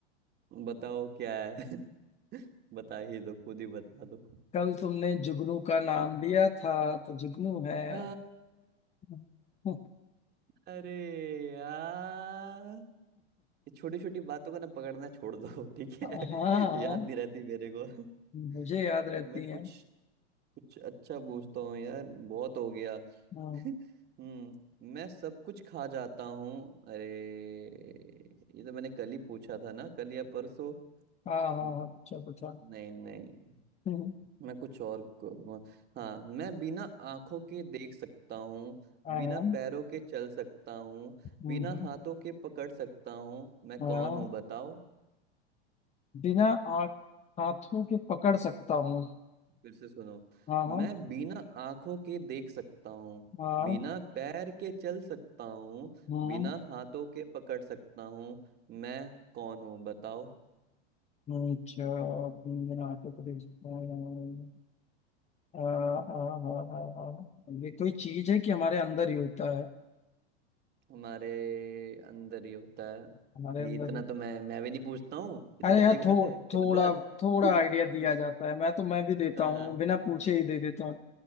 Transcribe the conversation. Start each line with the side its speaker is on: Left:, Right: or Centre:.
Right: बताओ क्या है <laughs> बता ही दो खुद ही बता दो
Left: कल तुमने जुगनू का नाम लिया था तो जुगनू है
Right: आ,
Left: <laughs>
Right: अरे यार ये छोटी छोटी बातों को ना पकड़ना छोड़ दो <laughs> ठीक
Left: हाँ
Right: है याद नहीं रहती मेरे को <laughs>
Left: मुझे याद रहती
Right: मैं कुछ
Left: है
Right: कुछ अच्छा पूछता हूँ यार बहुत हो गया
Left: हाँ
Right: <laughs> हम्म मैं सब कुछ खा जाता हूँ अरे ये तो मैंने कल ही पूछा था ना कल या परसों
Left: हाँ हाँ
Right: नहीं
Left: हाँ, पूछो पूछो <laughs>
Right: नहीं
Left: हाँ
Right: मैं कुछ और को- हाँ मैं बिना आंखों के देख सकता हूँ
Left: हाँ
Right: बिना
Left: हाँ हम्म,
Right: पैरों के चल सकता हूँ
Left: हम्म,
Right: बिना हाथों के पकड़ सकता हूँ मैं
Left: हाँ
Right: कौन हूँ बताओ
Left: बिना आँख हाथों के पकड़ सकता हूँ
Right: फिर से सुनो
Left: हाँ हाँ
Right: मैं बिना आंखों के देख सकता हूँ
Left: हाँ
Right: बिना पैर के चल सकता हूँ
Left: हाँ
Right: बिना
Left: हाँ,
Right: हाथों के पकड़ सकता हूँ मैं कौन हूँ बताओ
Left: अच्छा बिना आँखों के देख सकता हूँ आ, आ, आ, आ, आ, ये कोई चीज है कि हमारे अंदर ही होता है
Right: हमारे अंदर ही होता है
Left: हमारे अंदर
Right: ये इतना
Left: ही
Right: तो मैं मैं भी नहीं पूछता हूँ ये
Left: अरे
Right: तो गंदी
Left: यार
Right: बात
Left: थो,
Right: है गलत
Left: थोड़ा
Right: बात
Left: थोड़ा
Right: <laughs>
Left: आइडिया दिया जाता है मैं तो मैं भी देता
Right: हाँ
Left: हूँ बिना पूछे ही दे देता हूँ